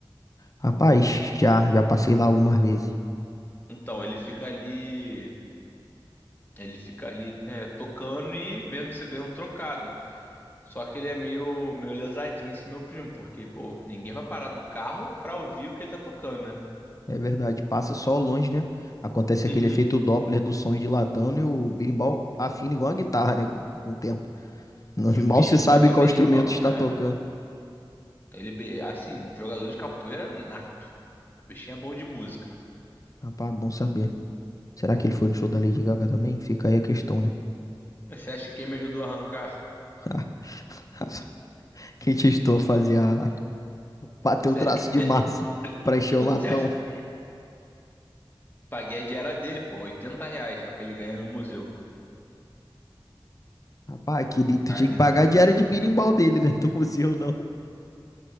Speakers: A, on the left (about 40°); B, on the left (about 20°).
A: Rapaz, já, já passei lá algumas vezes.
B: Então, ele fica ali. Ele fica ali é, tocando e vendo se ganha um trocado. Só que ele é meio, meio lesadinho esse meu primo, porque, pô, ninguém vai parar do carro pra ouvir o que ele tá tocando, né?
A: É verdade, passa só longe, né? Acontece
B: Uhum.
A: aquele efeito Doppler do som ir dilatando e o berimbau afina igual a guitarra, né? Com, com o tempo. <laughs>
B: E
A: Mal
B: o bicho
A: se
B: toca
A: sabe qual
B: berimbau,
A: instrumento está
B: é.
A: tocando.
B: Ele, be- assim, jogador de capoeira nato. O bichinho é bom de música.
A: Rapaz, bom saber. Será que ele foi no show da Lady Gaga também? Fica aí a questão, né?
B: Você acha que quem me ajudou a arrancar?
A: <laughs> Quem te estou a fazer a... Bater
B: Você
A: o traço
B: acha...
A: de
B: <coughs>
A: massa pra encher o
B: Você
A: latão.
B: acha... É, Paguei a diária dele, pô, 80 reais, é o que ele ganha no museu.
A: Rapaz, que... li- tu
B: Ali.
A: tinha que pagar a diária de birimbau dele, né? <laughs> Do museu, não.